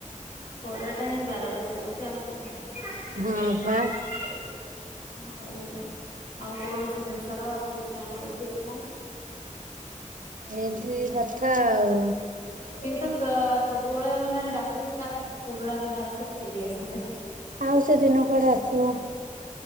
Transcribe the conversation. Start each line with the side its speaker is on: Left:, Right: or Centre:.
Left: ଖରା ଟା ହିଁ ବାରବାସିୀ ହୋଉଚି ଆଉ କିଛି ନାହିଁ।
Right: ହଁ ପା।
Left: ଆଉ ଆଉ କୌଣସି ଜିନିଷ ର ଠିକ୍ ଟାଇମ ରେ ଠିକ ନାହିଁ।
Right: ଏ ତିକି କଥା ଆଉ।
Left: କିନ୍ତୁ କା ସବୁବେଳେ ମାନେ ଡାକୁଛି କାଶ୍ ପୁରୁଣା ଦିନଗୁରା ସବୁ ଫେରିଆସନ୍ତାକି।
Right: ଆଉ ସେ ଦିନ କୁଆଡେ ଆସିବ।